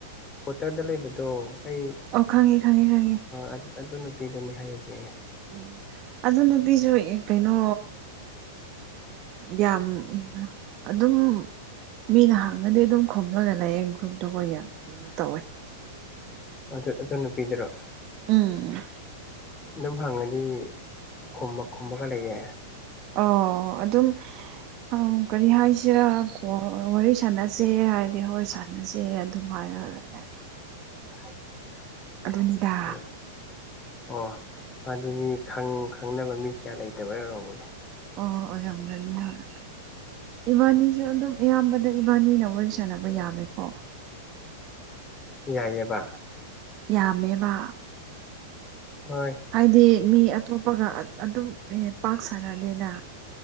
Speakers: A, on the left; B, on the right.
A: ꯀ꯭ꯋꯥꯇꯔꯗ ꯂꯩꯕꯗꯣ ꯑꯩ
B: ꯑꯣ ꯈꯪꯉꯦ ꯈꯪꯉꯦ ꯈꯪꯉꯦ
A: ꯑ ꯑꯗꯨ ꯅꯨꯄꯤꯗꯨꯅꯤ ꯍꯥꯏꯔꯤꯖꯦ
B: ꯎꯝ ꯑꯗꯨ ꯅꯨꯄꯤꯖꯨ ꯑꯦ ꯀꯩꯅꯣ ꯌꯥꯝ ꯑꯗꯨꯝ ꯃꯤꯅ ꯍꯥꯡꯉꯗꯤ ꯑꯗꯨꯝ ꯈꯨꯝꯂꯒ ꯂꯩꯌꯦ ꯒ꯭ꯔꯨꯞꯇꯨꯕꯨ ꯌꯥꯝ ꯀꯩꯅꯣ ꯇꯧꯋꯦ
A: ꯑꯗꯨ ꯑꯗꯨ ꯅꯨꯄꯤꯗꯨꯔꯣ
B: ꯎꯝ
A: ꯑꯗꯨꯝ ꯍꯪꯑꯗꯤ ꯈꯨꯝꯃ ꯈꯨꯝꯃ ꯀ ꯂꯩꯌꯦ꯫
B: ꯑꯧ ꯑꯗꯨꯝ ꯑꯧ ꯀꯔꯤ ꯍꯥꯏꯁꯤꯔꯥ ꯀꯣ ꯑꯣ ꯋꯥꯔꯤ ꯁꯥꯟꯅꯁꯦ ꯍꯥꯏꯔꯗꯤ ꯍꯣꯏ ꯁꯥꯟꯅꯁꯦ ꯑꯗꯨꯝ ꯍꯥꯏꯔ ꯂꯩ ꯌꯥ
A: <unintelligible>
B: ꯑꯗꯨꯅꯤꯗ
A: ꯑꯣ ꯃꯥꯗꯤ ꯃꯤ ꯈꯪ ꯈꯪꯅꯕ ꯃꯤ ꯀꯌꯥ ꯂꯩꯇꯕꯩ ꯑꯣꯏꯔꯝꯒꯅꯤ
B: ꯑꯣ ꯑꯣꯏꯔꯝꯒꯅꯤ ꯍꯣꯏ ꯏꯕꯥꯅꯤꯁꯨ ꯑꯗꯨꯝ ꯑꯌꯥꯝꯕꯗ ꯏꯕꯥꯅꯤꯅ ꯋꯥꯔꯤ ꯁꯥꯟꯅꯕ ꯌꯥꯝꯃꯦꯀꯣ꯫
A: ꯌꯥꯏꯌꯦꯕ
B: ꯌꯥꯝꯃꯦꯕ
A: ꯍꯣꯏ
B: ꯍꯥꯏꯗꯤ ꯃꯤ ꯑꯇꯣꯞꯄꯒ ꯑꯗꯨꯝ ꯄꯥꯛ ꯁꯅꯗꯦꯅ